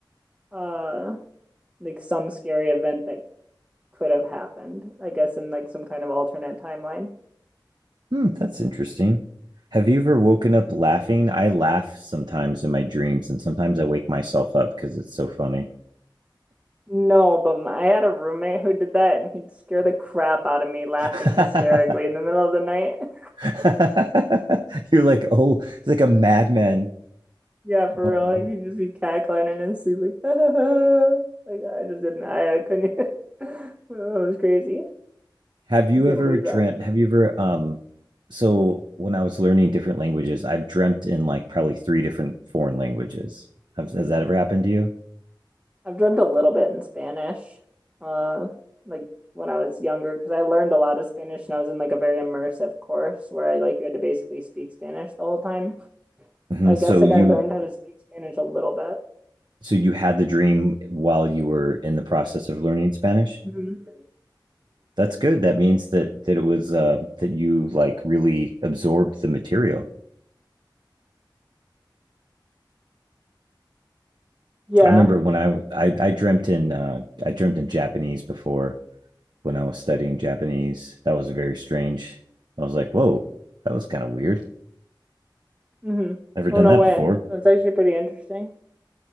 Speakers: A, on the right; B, on the right.
A: uh like some scary event that could have happened, I guess in like some kind of alternate timeline.
B: Hmm, that's interesting. Have you ever woken up laughing? I laugh sometimes in my dreams, and sometimes I wake myself up because it's so funny.
A: No, but my, I had a roommate who did that and he'd scare the crap out of me laughing
B: <laughs>
A: hysterically in the middle of the night. <laughs>
B: <laughs> You're like, oh, it's like a madman.
A: Yeah, for
B: Oh
A: real.
B: man.
A: Like, he'd just be cackling and his sleep like, <laughs> Like I just didn't I, I couldn't even <laughs> It was crazy.
B: Have you
A: I can't
B: ever
A: believe
B: dreamt?
A: that.
B: Have you ever, um, so when I was learning different languages, I've dreamt in like probably three different foreign languages. Have, has that ever happened to you?
A: I've dreamt a little bit in Spanish. Uh like when I was younger because I learned a lot of Spanish and I was in like a very immersive course where I like you had to basically speak Spanish the whole time.
B: hmm
A: So I
B: So
A: guess like
B: you,
A: I learned how to speak Spanish a little bit.
B: so you had the dream while you were in the process of learning Spanish?
A: Mhm.
B: That's good. That means that that it was uh, that you like really absorbed the material.
A: Yeah.
B: I remember when I w- I, I dreamt in uh, I dreamt in Japanese before. when I was studying Japanese. That was very strange. I was like, whoa, that was kind of weird.
A: Mm-hmm.
B: Never done
A: Oh, no
B: that
A: way.
B: before.
A: That's actually pretty interesting.